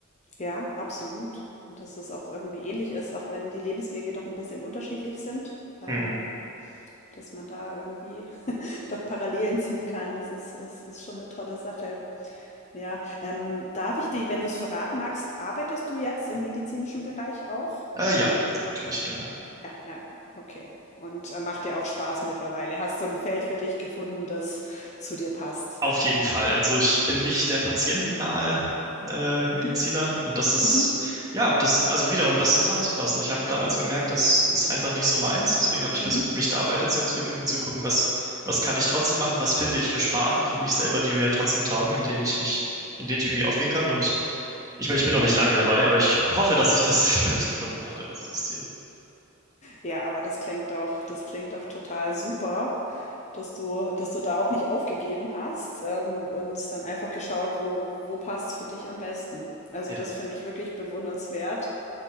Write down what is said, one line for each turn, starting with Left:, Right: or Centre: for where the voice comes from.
Left: ja, absolut. Und dass es auch irgendwie ähnlich ist, auch wenn die Lebenswege doch ein bisschen unterschiedlich sind, ähm,
Right: Mhm.
Left: dass man da irgendwie <laughs> doch Parallelen ziehen kann. Das ist, ist, ist schon eine tolle Sache. Ja, ähm, darf ich dir, wenn du es verraten magst, arbeitest du jetzt im medizinischen Bereich auch?
Right: Äh, ja, ja, tue ich, genau.
Left: Ja, ja, okay. Und äh, macht dir auch Spaß mittlerweile. Hast du ein Feld für dich gefunden, das zu dir passt?
Right: Auf jeden Fall. Also ich bin nicht der patientennahe äh,
Left: Mhm,
Right: Mediziner und das ist,
Left: mhm,
Right: ja, das, also wieder, um das zusammenzufassen. Ich habe damals gemerkt, das ist einfach nicht so meins. Deswegen habe ich
Left: mhm.
Right: versucht, mich da weiterzuentwickeln und zu gucken, was, was kann ich trotzdem machen, was finde ich für Sparten für mich selber, die mir trotzdem taugen, in denen ich mich, in denen ich irgendwie aufgehen kann. Und ich meine, ich bin noch nicht lange dabei, aber ich hoffe, dass ich das <laughs> vielleicht gefunden habe. Das ist das Ziel.
Left: Ja, aber das klingt doch, das klingt doch total super, dass du, dass du da auch nicht aufgegeben hast, ähm, und dann einfach geschaut, wo, wo passt es für dich am besten. Also
Right: Ja,
Left: das finde ich wirklich bewundernswert.